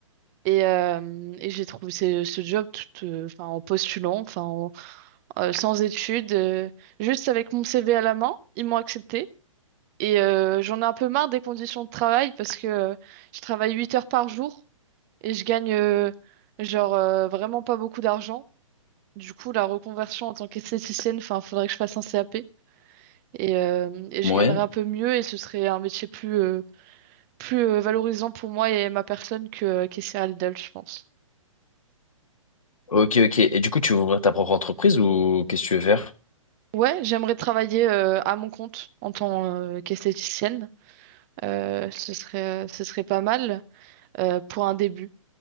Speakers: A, on the right; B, on the left.
A: Et, euh, et j'ai trouvé ce, ce job tout, euh, enfin, en postulant, enfin, en- euh, sans études, euh, juste avec mon CV à la main, ils m'ont accepté. Et euh, j'en ai un peu marre des conditions de travail parce que euh, je travaille 8 heures par jour et je gagne euh, genre euh, vraiment pas beaucoup d'argent. Du coup, la reconversion en tant qu'esthéticienne, enfin, faudrait que je fasse un CAP et, euh, et je
B: ouais,
A: gagnerais un peu mieux et ce serait un métier plus euh, plus euh, valorisant pour moi et ma personne que euh, caissière à Lidl, je pense.
B: ok, ok. Et du coup, tu veux ouvrir ta propre entreprise ou qu'est-ce que tu veux faire?
A: Ouais, j'aimerais travailler euh, à mon compte en tant euh, qu'esthéticienne. Euh, ce serait euh, ce serait pas mal euh, pour un début.